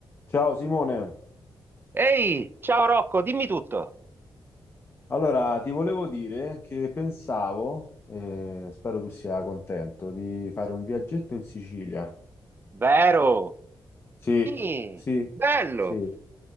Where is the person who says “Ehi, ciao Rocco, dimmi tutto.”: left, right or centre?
Right